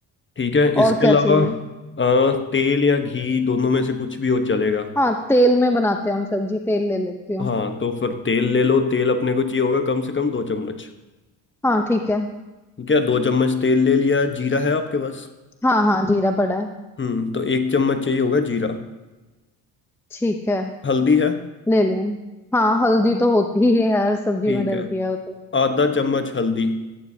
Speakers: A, on the left; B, in the centre.
A: ठीक है इसके
B: और क्या
A: अलावा
B: चाहिए
A: अ, तेल या घी दोनों में से कुछ भी हो चलेगा
B: हाँ तेल में बनाते हैं हम सब्जी तेल ले लेती हूँ
A: हाँ तो फिर तेल ले लो तेल अपने को चाहिए होगा कम से कम दो चम्मच
B: हाँ ठीक है
A: ठीक है दो चम्मच तेल ले लिया जीरा है आपके पास
B: हाँ हाँ जीरा पड़ा है
A: हम्म तो एक चम्मच चाहिए होगा जीरा
B: ठीक है
A: हल्दी है
B: ले लें हाँ हल्दी तो होती ही है हर सब्जी
A: ठीक
B: में डलती
A: है
B: है वो तो
A: आधा चम्मच हल्दी